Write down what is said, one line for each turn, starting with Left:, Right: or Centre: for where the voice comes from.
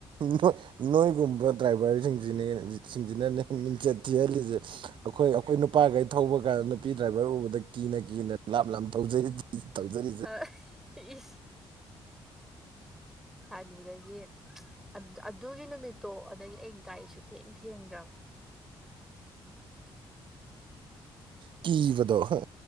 Right: ꯅꯣꯏ ꯅꯣꯏꯒꯨꯝꯕ ꯗ꯭ꯔꯥꯏꯚꯔꯖꯤꯡꯖꯤꯅꯦ ꯁꯤꯖꯤꯅꯅꯦ ꯃꯤꯡꯆꯠ ꯊꯤꯍꯜꯂꯤꯖꯦ ꯑꯈꯣꯏ ꯑꯈꯣꯏ ꯅꯨ ꯄꯥꯒꯩ ꯊꯧꯕ ꯀꯥꯟꯗ ꯅꯨꯄꯤ ꯗ꯭ꯔꯥꯏꯚꯔ ꯎꯕꯗ ꯀꯤꯅ ꯀꯤꯅ ꯂꯥꯞ ꯂꯥꯞ ꯊꯧꯖꯔꯤꯗꯨꯗꯤ ꯊꯧꯖꯔꯤꯗꯨ
Centre: ꯑꯥ ꯑꯩ ꯏꯁ ꯑꯗꯨꯗꯒꯤ ꯑꯗꯨ ꯑꯗꯨꯒꯤ ꯅꯨꯃꯤꯠꯇꯣ ꯑꯗꯒꯤ ꯑꯩ ꯒꯥꯔꯤ ꯁꯨꯛ ꯊꯦꯡ ꯊꯦꯡꯗ꯭ꯔꯕꯅꯤ
Right: ꯀꯤꯕꯗꯣ ꯍꯥ